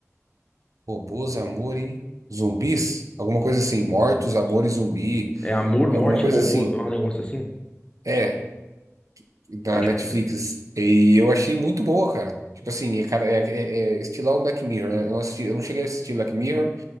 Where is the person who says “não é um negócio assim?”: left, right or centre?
Left